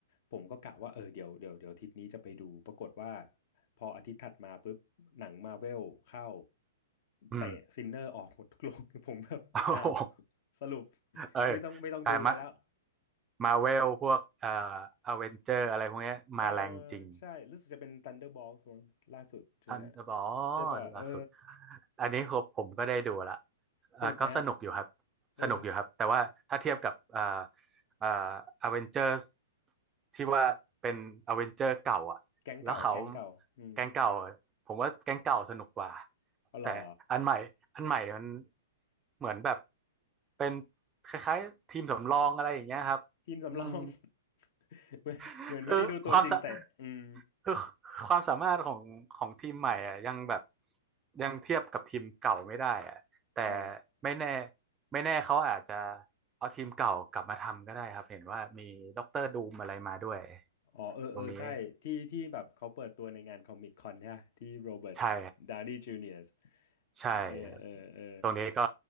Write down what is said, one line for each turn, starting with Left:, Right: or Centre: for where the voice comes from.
Left: ผมก็กะว่าเออเดี๋ยวเดี๋ยวเดี๋ยวอาทิตย์นี้จะไปดูปรากฏว่าพออาทิตย์ถัดมาปุ๊บหนังมาเวลเข้า
Right: อืม
Left: เตะซินเนอร์ออกหมดทุกโรง <laughs> ผมแบบอ้าว
Right: <laughs> โอ้โห
Left: สรุป
Right: เออ
Left: ไม่ต้องไม่ต้องดูกันแล้ว
Right: แต่มามาเวลพวกเอ่ออเวนเจอร์อะไรพวกเนี้ยมาแรงจริง
Left: เออใช่รู้สึกจะเป็น Thunderbolts มั้งล่าสุดใช่ไหมฮะ
Right: ทันอ๋อ
Left: ใช่ป่ะเออ
Right: ล่าสุดอันนี้ครับผมก็ได้ดูละเอ่อก็สนุกอยู่ครับ
Left: สนุกไหมฮะเออ
Right: สนุกอยู่ครับแต่ว่าถ้าเทียบกับอ่าอ่าอเวนเจอร์ที่ว่าเป็นอเวนเจอร์เก่าอ่ะแล้วเขา
Left: แก๊งเก่า แก๊งเก่า อืม
Right: แก๊งเก่าผมว่าแก๊งเก่าสนุกกว่า
Left: เอาเหรอ
Right: แต่อันใหม่อันใหม่มันเหมือนแบบเป็นคล้ายๆทีมสำรองอะไรอย่างเงี้ยครับ
Left: ทีมสำรอง
Right: อืม
Left: <laughs> เหมือนเหมือนไม่ได้ดูตัวจริงเตะอืม
Right: <laughs> คือความสะคือความสามารถของของทีมใหม่อ่ะยังแบบยังเทียบกับทีมเก่าไม่ได้อ่ะแต่
Left: อ๋อ
Right: ไม่แน่ไม่แน่เขาอาจจะเอาทีมเก่ากลับมาทำก็ได้ครับเห็นว่ามีด็อกเตอร์ดูมอะไรมาด้วย
Left: อ๋อเออเออใช่ที่ที่แบบเขาเปิดตัวในงานคอมิกคอนใช่ปะที่โรเบิร์ต
Right: ตรงนี้ใช่
Left: ดาวนีย์จูเนียร์
Right: ใช่ครับ
Left: เออเออเออ
Right: ตรงนี้ก็